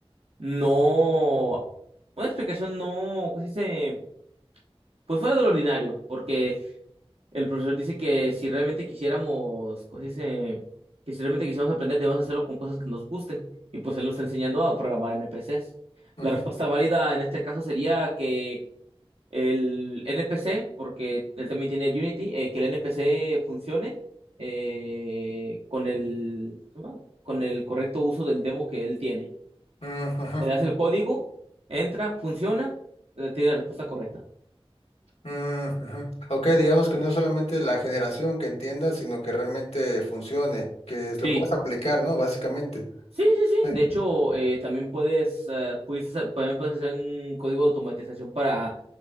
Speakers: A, on the right; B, on the left.
A: no, una explicación no, casi se, pues fuera de lo ordinario, porque el profesor dice que si realmente quisiéramos, casi se, que si realmente quisiéramos aprender, debemos hacerlo con cosas que nos gusten, y pues él nos está enseñando a programar NPCs.
B: Ujú.
A: La respuesta válida en este caso sería que el NPC, porque él también tiene el Unity, eh, que el NPC funcione eh, con el, ¿cómo se llama? con el correcto uso del demo que él tiene
B: Ujú.
A: le das el código, entra, funciona, eh, te da la respuesta correcta.
B: Ujú. Ujú. Ok, digamos que no es solamente la generación que entiendas, sino que realmente funcione, que
A: Sí,
B: lo puedas aplicar, ¿no? Básicamente.
A: sí, sí, sí.
B: Sí.
A: De hecho, eh, también puedes, eh, pudiste hacer- también puedes hacer un código de automatización para,